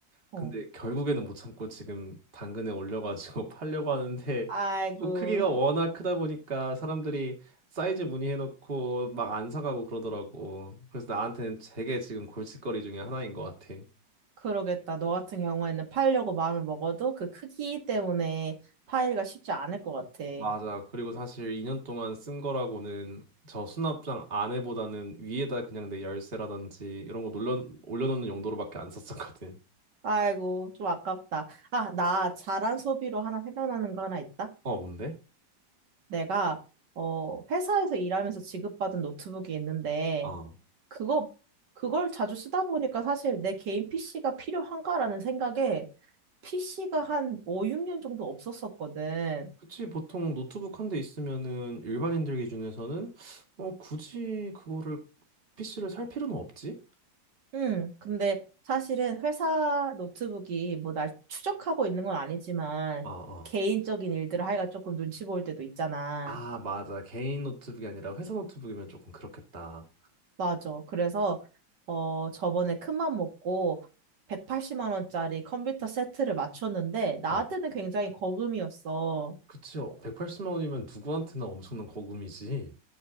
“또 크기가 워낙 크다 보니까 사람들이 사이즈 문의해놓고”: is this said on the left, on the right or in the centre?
Right